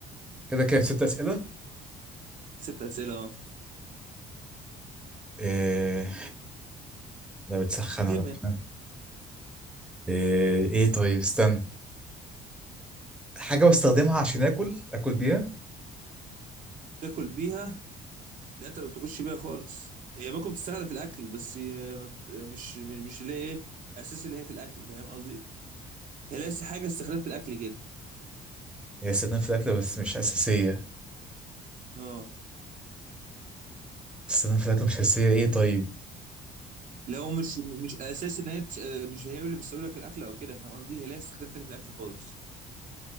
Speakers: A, in the centre; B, on the right.
A: كده كام ست أسئلة؟
B: ست اسئله اه
A: إيه لا بتسخن
B: هتجيبها
A: ولا إيه, ايه طيب استنى حاجة بستخدمها عشان
B: ممكن
A: اكل اكل بيها
B: تاكل بيها لا انت ما بتاكلش بيها خالص هي ممكن بتستخدم في الاكل بس هي ما بت- مش مش اللي هي ايه اساس اللي هي في الاكل فاهم قصدي هي ليس حاجه استخدام في الاكل كده
A: هي استخدام في الاكل بس مش اساسية
B: اه
A: استخدام في الاكل مش اساسية ايه طيب
B: لو مش مش اساس ان هي تش- آه، مش هي اللي بتسوي لك الاكل او كده فاهم قصدي هي ليها استخدام تاني في الاكل خالص